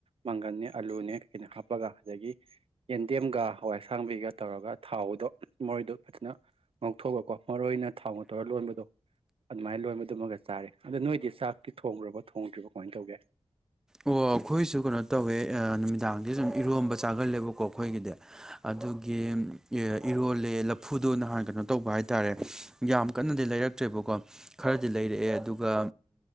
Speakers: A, on the right; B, in the centre.
A: ꯃꯪꯒꯟꯅꯦ ꯑꯂꯨꯅꯦ ꯀꯩ ꯀꯅ ꯍꯥꯞꯄꯒ ꯑꯗꯒꯤ ꯌꯦꯟꯗꯦꯝꯒ ꯍꯋꯥꯏꯁꯥꯡꯕꯤꯒ ꯇꯧꯔꯒ ꯊꯥꯎꯗꯣ ꯃꯣꯔꯣꯏꯗꯣ ꯐꯖꯅ ꯉꯧꯊꯣꯛꯑꯒꯀꯣ ꯃꯔꯨ ꯑꯣꯏꯅ ꯊꯥꯎ ꯉ ꯇꯧꯔ ꯂꯣꯟꯕꯗꯣ ꯑꯗꯨꯃꯥꯏꯅ ꯂꯣꯏꯕꯗꯨꯝꯃꯒ ꯆꯥꯔ ꯑꯗꯣ ꯅꯣꯏꯗꯤ ꯆꯥꯛꯇꯤ ꯊꯣꯡꯈ꯭ꯔꯕꯣ ꯊꯣꯡꯗ꯭ꯔꯤꯕꯣ ꯀꯃꯥꯏꯅ ꯇꯧꯒꯦ
B: ꯑꯣ ꯑꯩꯈꯣꯏꯁꯨ ꯀꯩꯅꯣ ꯇꯧꯋꯦ ꯅꯨꯃꯤꯗꯥꯡꯁ ꯁꯨꯝ ꯏꯔꯣꯝꯕ ꯆꯥꯒꯜꯂꯦꯕꯀꯣ ꯑꯩꯈꯣꯏꯒꯤꯗꯤ ꯑꯗꯨꯒꯤ ꯏꯔꯣꯜꯂꯦ ꯂꯐꯨꯗꯣ ꯅꯍꯥꯟ ꯀꯩꯅꯣ ꯇꯧꯕ ꯍꯥꯏꯇꯥꯥꯔꯦ ꯌꯥꯝ ꯀꯟꯅꯗꯤ ꯂꯩꯔꯛ ꯠꯇ꯭ꯔꯦꯕꯀꯣ ꯈꯔꯗꯤ ꯂꯩꯔꯛꯑꯦ ꯑꯗꯨꯒ